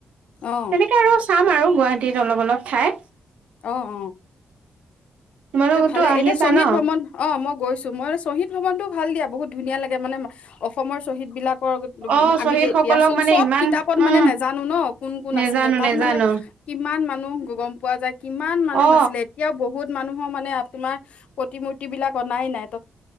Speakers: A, on the left; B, on the right.
A: অ
B: তেনেকে আৰুছ পাৰো গুৱাহাটীত অলপ অলপ ঠাই।
A: অ অ।
B: তোমালোকতো
A: এটিয়া ভালে,
B: আহিছা
A: এতিয়া শ্বহীদ
B: ন
A: ভ্ৰমণ অ' মোক গৈছো মই শ্বহীদ ভানতটোও ভাল দিয়া বহুত ধুনীয়া লাগে মানে অসমৰ শ্বহীদ বিলাক
B: অ
A: আমি
B: শ্বহীদ
A: দে
B: সকলক
A: দিয়াচোন
B: মানে
A: চব
B: ইমান
A: কিতাপত মানে
B: উম
A: নাজানো ন কোন কোন
B: নেজানো
A: আছিলে তাত
B: নেজানো
A: মানে কিমান মানুহ। গ - গম পোৱা যায়। কিমান মানুহ
B: অ
A: আছিলে এতিয়াও বহুত। মানুহ মানে আত্মামাৰ প্ৰতিূমুটি বিলাক অনাই নাই ত